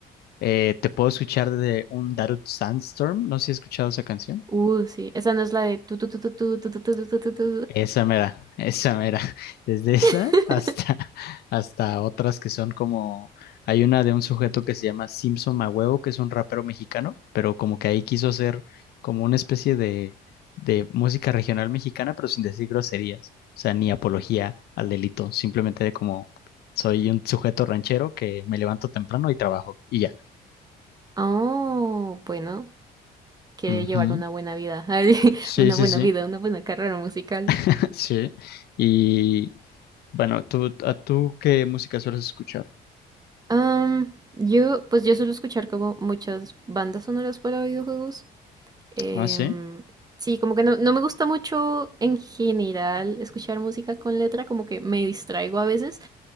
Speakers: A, on the left (about 70°); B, on the right (about 25°).
A: eh, te puedo escuchar de un Darude Sandstorm. No sé si has escuchado esa canción.
B: Uh, sí, esa no es la de tu tu tu tu tu tu tu tu tu tu tu, tu.
A: Esa mera, esa mera. <laughs> Desde esa
B: <laughs>
A: hasta, <laughs> hasta otras que son como. Hay una de un sujeto que se llama Simpson Magüevo, que es un rapero mexicano, pero como que ahí quiso hacer como una especie de, de música regional mexicana, pero sin decir groserías. O sea, ni apología al delito. Simplemente de como soy un sujeto ranchero que me levanto temprano y trabajo. Y ya.
B: Oh, bueno, quiere
A: Ujú.
B: llevar una buena vida, <laughs>
A: Sí,
B: una
A: sí,
B: buena
A: sí.
B: vida, una buena carrera musical.
A: <laughs> Sí. Y bueno, ¿tú, a tú qué música sueles escuchar?
B: Am, yo, pues yo suelo escuchar como muchas bandas sonoras para videojuegos. Em,
A: Ah, sí.
B: sí, como que no, no me gusta mucho en general escuchar música con letra, como que me distraigo a veces.